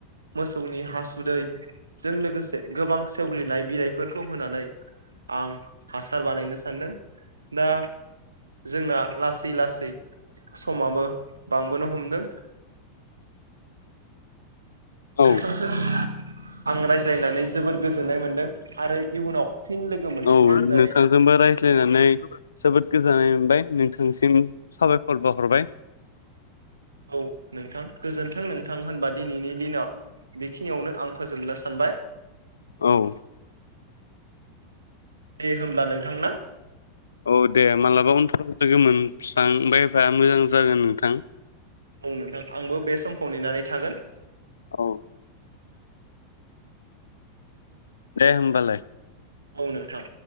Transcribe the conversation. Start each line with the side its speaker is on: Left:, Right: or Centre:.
Right: मोसौनि हासुदैजों लोगोसे गोबां सेवग्लिनाय बिलाइफोरखौ होनानै आं हासार बानायनो सानदों दा जोंना लासै लासै समाबो बांबोनो हमदों
Left: औ
Right: नोंथांजों आं रायज्लायनानै जोबोर गोजोननाय मोनदों आरो इयुनाव फिन लोगो मोनफिनगोन
Left: औ
Right: होननानै
Left: नोंथां जोंबो रायज्लायनानै जोबोद गोजोननाय मोनबाय नोंथांसिम साबायखर बावहरबाय
Right: औ नोंथां गोजोनथों नोंथां होनबा दिनैनि दिनाव बेखिनियावनो आं फोजोबनो सानबाय
Left: औ
Right: दे होनोमब्ला नोंथांना
Left: औ दे मालाबा उनफोराव लोगो मोनफ्लां बायबा मोजां जागोन नोंथां
Right: औ नोंथां आंबो बे समखौ नेनानै थागोन
Left: औ दे होमबालाय
Right: औ नोंथां